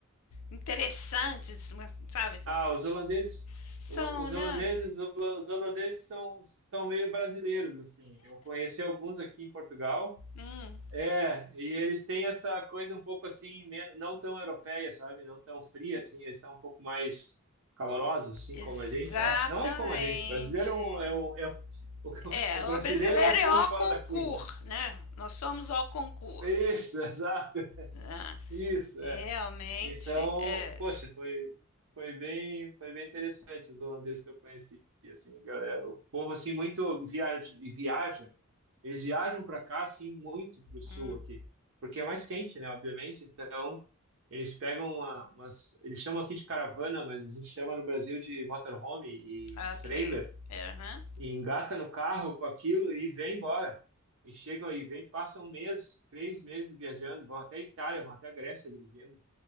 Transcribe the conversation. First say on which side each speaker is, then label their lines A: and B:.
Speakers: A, on the left; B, on the right.
A: interessantes, mu- sabe?
B: Ah, os holandeses,
A: São,
B: o- os
A: né?
B: holandeses, os holandeses são, são meio brasileiros, assim. Eu conheci alguns aqui em Portugal,
A: Hum,
B: É, e eles têm essa coisa um pouco assim, men- não tão europeia, sabe? Não tão fria, assim, eles são um pouco mais calorosos, assim,
A: exatamente.
B: como a gente, eu acho. Não é como a gente, brasileiro é o é um- é um- <laughs>
A: É,
B: o brasileiro
A: o brasileiro
B: é um ponto
A: é o
B: fora
A: concur
B: da curva, né?
A: né? Nós somos o concur
B: Isso, <laughs> exato,
A: né?
B: isso,
A: Realmente,
B: é. Então,
A: é.
B: poxa, foi, foi bem, foi bem interessante os holandeses que eu conheci, assim, galera, o povo assim muito viaja, e viaja, eles viajam para cá assim muito para o sul
A: Hum,
B: aqui, porque é mais quente, né, obviamente, então eles pegam uma, umas, eles chamam aqui de caravana, mas a gente chama no Brasil de motorhome e
A: ok.
B: trailer,
A: É, aham.
B: e engata no carro com aquilo e vem embora. E chegam aí, vem, passam um mês, três meses viajando, vão até a Itália, vão até a Grécia dirigindo.